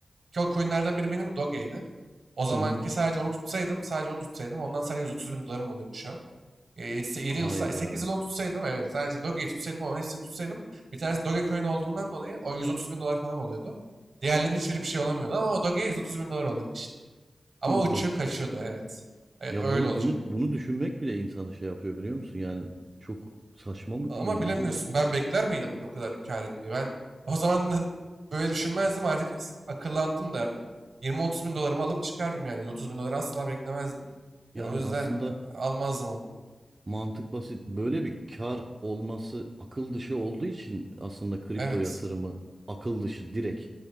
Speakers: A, on the right (about 75°); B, on the right (about 35°).
A: Ki o coinlerden biri benim Doge'ydi. O zamanki
B: Hı hı.
A: sadece onu tutsaydım, sadece onu tutsaydım ondan sadece 130 bin dolarım oluyordu şu an. 7
B: Hayda.
A: yıl, 8 yıl onu tutsaydım evet sadece Doge'yi tutsaydım ama hepsini tutsaydım bir tanesi Dogecoin olduğundan dolayı o 130 bin dolar falan oluyordu. Diğerlerinin hiçbiri bir şey olamıyordu ama o Doge'ye 130 bin dolar oluyordu işte. Ama
B: <laughs>
A: uçup
B: Bak işte.
A: kaçıyordu evet. Evet
B: Ya
A: öyle
B: bunu,
A: olacaktı.
B: bunu, bunu düşünmek bile insanı şey yapıyor biliyor musun? Yani çok saçma mı
A: Ama
B: diyeyim
A: bilemiyorsun
B: ne diyeyim?
A: ben bekler miydim ki o kadar kar etmeyi? Ben o zaman da böyle düşünmezdim artık as- akıllandım derdim. Yirmi otuz bin dolarımı alıp çıkardım yani yüz Otuz bin doları asla beklemezdim.
B: Yani
A: Ya o yüzden
B: aslında
A: a- almazdım onu.
B: mantık basit. Böyle bir kar olması akıl dışı olduğu için aslında kripto
A: Evet
B: yatırımı akıl dışı direkt.